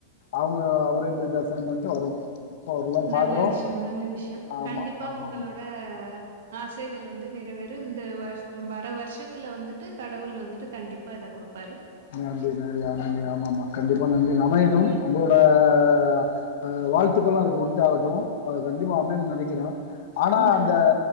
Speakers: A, on the left; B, on the right.
A: அவங்க அவரயும் போய் தரிசனம் பண்ணிட்டு வருவோ. வரலான்னு
B: நல்ல
A: பாக்குறோ
B: விஷ்யோ, நல்ல விஷ்யோ.
A: ஆமா
B: கண்டிப்பா
A: ஆமா
B: ஒங்களோட
A: ஆமா
B: ஆசைகள் வந்து நிறைவேற. இந்த வருஷ வர வருஷத்துல வந்துட்டு கடவுள் வந்துட்டு கண்டிப்பா இத குடுப்பாரு.
A: நன்றி நன்றி ஆஹ் நன்றி ஆமா ஆமா கண்டிப்பா நன்றி அமையணும். உங்களோட அஹ் அஹ் வாழ்த்துக்கள்ளும் அதுக்கு உரித்தாகட்டும் கண்டிப்பா அமையணும்னு நெனைக்ற. ஆனா
B: ம்
A: அந்த,
B: ஆமா